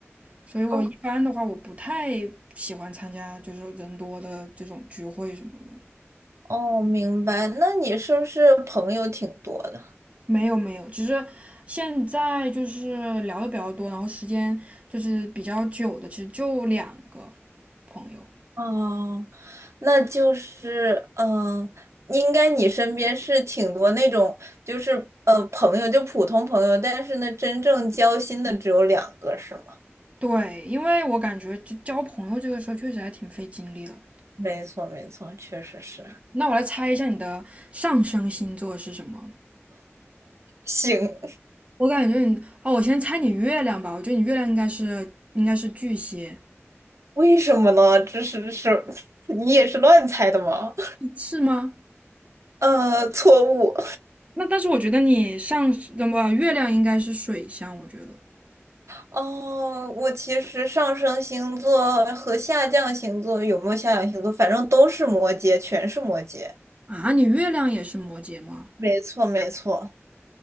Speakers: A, on the right; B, on the right.
A: 所以我一般的话我不太喜欢参加就是人多的这种聚会什么的。
B: 哦哦，明白。那你是不是朋友挺多的？
A: 没有没有，只是现在就是聊的比较多，然后时间就是比较久的，其实就两个朋友。
B: 哦，那就是，嗯、应该你身边是挺多那种，就是呃，朋友就普通朋友，但是呢，真正交心的只有两个，是吗？
A: 对，因为我感觉就交朋友这个事儿确实还挺费精力的。
B: 没错，没错，确实是 <laughs>。
A: 那我来猜一下你的上升星座是什么？
B: 行，
A: 我感觉你，哦，我先猜你月亮吧。我觉得你月亮应该是应该是巨蟹，
B: 为什么呢？这是是，<laughs> 你也是乱猜的吗？
A: 嗯是吗？
B: <laughs> 呃，错误。
A: 那但是我觉得你上那么月亮应该是水象，我觉得
B: 哦，我其实上升星座和下降星座有没有下降星座，反正都是摩羯，全是摩羯。
A: 啊，你月亮也是摩羯吗？
B: 没错，没错。